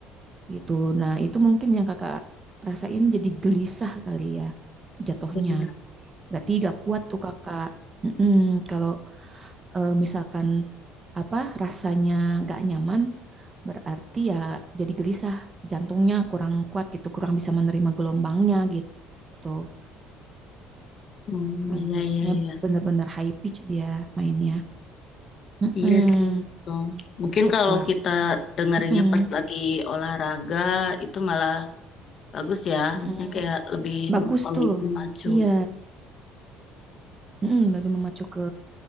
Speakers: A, on the right; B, on the left.
A: gitu. Nah itu mungkin yang kakak rasain jadi gelisah kali ya jatuhnya.
B: Iya benar.
A: Berarti gak kuat tuh kakak. Mm-mm. Kalau eh, misalkan apa rasanya gak nyaman berarti ya jadi gelisah. Jantungnya kurang kuat gitu, kurang bisa menerima gelombangnya gitu.
B: Hmm,
A: Hanya
B: iya iya iya.
A: benar-benar high pitch dia mainnya. Mm-mm.
B: Iya sih betul. Mungkin
A: Gitu,
B: kalau
A: Kak.
B: kita dengerinnya
A: Mm-mm.
B: pas lagi olahraga itu malah bagus ya.
A: Mm-mm.
B: Maksudnya kayak lebih
A: Bagus tuh.
B: memacu.
A: Iya. Mm-mm. Lebih memacu ke